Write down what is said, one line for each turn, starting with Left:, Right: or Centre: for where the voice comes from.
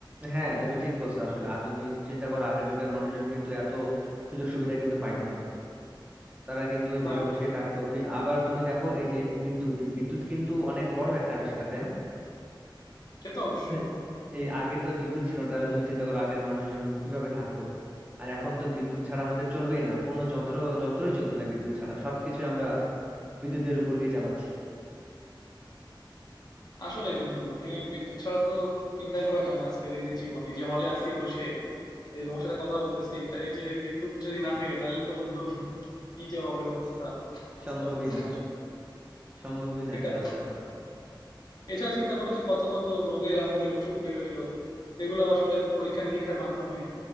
Right: হ্যাঁ তুমি ঠিক বলছো আসলে আর তুমি চিন্তা করো আগের যুগের মানুষজন কিন্তু এত সুযোগ সুবিধা কিন্তু পাইতো না তারা কিন্তু ওই
Left: না
Right: ঘরে বসেই থাকতো বি- আবার তুমি দেখো এই যে বিদ্যুৎ এই বিদ্যুৎ কিন্তু অনেক বড় একটা আবিষ্কার তাই না
Left: সে তো অবশ্যই
Right: <laughs> এই আগে তো বিদ্যুৎ ছিল না তাহলে তুমি চিন্তা করো আগের মানুষজন কিভাবে থাকতো আর এখন তো বিদ্যুৎ ছাড়া আমাদের চলবেই না কোনো যন্ত্র যন্ত্রই চলবে না বিদ্যুৎ ছাড়া সবকিছু আমরা বিদ্যুতের উপর দিয়ে চালাচ্ছি
Left: আসলে বন্ধু মানে বিদ্যুৎ ছাড়া তো চিন্তাই করা যায় না আজকের এই যে জীবন এই যে হলে আসি বসে এই যে তোমার সাথে কথা বলতেছি তাই এই যে
Right: <laughs>
Left: বিদ্যুৎ যদি না থাকে তাহলে তো বন্ধু কি যে হবে অবস্থা বুঝতে
Right: সম্ভবই
Left: পারতেছি
Right: না
Left: না আসলে
Right: সম্ভবই না
Left: সেটাই
Right: চলাফেরা করা
Left: এছাড়া চিন্তা করো যে কত কত রোগের আমাদের ওষুধ বের হইলো সেগুলো আসলে পরীক্ষা নিরীক্ষার মাধ্যমে